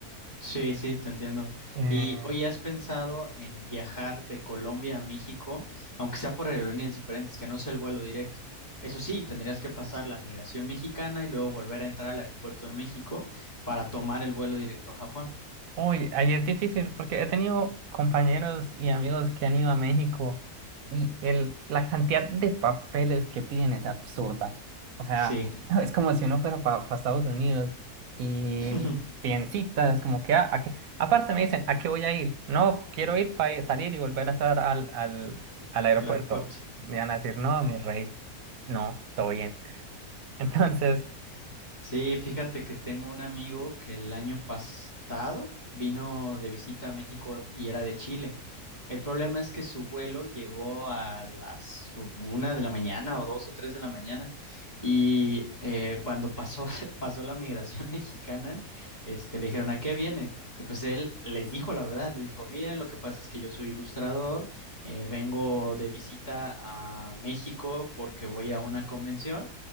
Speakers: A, on the left (about 30°); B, on the right (about 65°).
A: Sí, sí, te entiendo.
B: Eh,
A: Y hoy has pensado en viajar de Colombia a México, aunque sea por aerolíneas diferentes, que no sea el vuelo directo. Eso sí, tendrías que pasar la migración mexicana y luego volver a entrar al aeropuerto de México para tomar el vuelo directo a Japón.
B: Uy, ahí es difícil porque he tenido compañeros y amigos que han ido a México y el, la cantidad de papeles que piden es absurda. O sea,
A: Sí,
B: <laughs> es como si uno fuera para Estados Unidos y
A: <laughs>
B: piden citas, como que, ah, ¿a qué? Aparte me dicen, ¿a qué voy a ir? No, quiero ir para salir y volver a entrar al, al, al aeropuerto.
A: al aeropuerto.
B: Me van a decir, no, mi rey, no, todo bien. Entonces,
A: Sí, fíjate que tengo un amigo que el año pasado vino de visita a México y era de Chile. El problema es que su vuelo llegó a las una de la mañana o dos o tres de la mañana y eh, cuando pasó, <laughs> pasó la migración <laughs> mexicana, este, le dijeron, ¿a qué viene? Y pues él les dijo la verdad, les dijo, miren, lo que pasa es que yo soy ilustrador, eh, vengo de visita a México porque voy a una convención